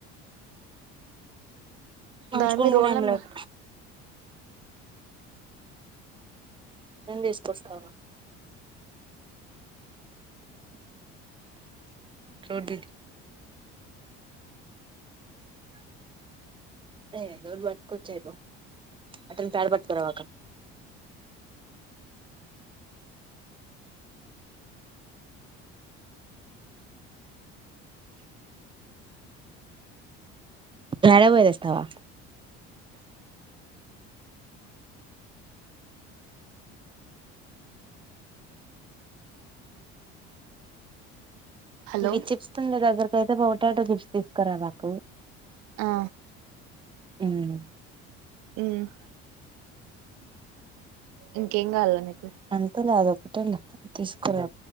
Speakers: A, on the right (about 20°); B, on the right (about 75°).
A: అంచుకోని
B: దాని మీద
A: కూడా
B: రోల్
A: ఏం
B: నెంబర్
A: లేదు తీసుకొస్తావా రడ్ అ అట్చ్చ మటన్ పడ పట్ పవాక ఎడ పోయదస్తావా
B: హలో
A: ఇ వి చిప్స్ తంద దగ ఇయితే పొటాటో చిప్స్ తీసుకురా మాకు
B: ఆ
A: హా
B: మ్మ్ ఇంకేం కావాల నకు
A: అంతలే అద తీసుకు రా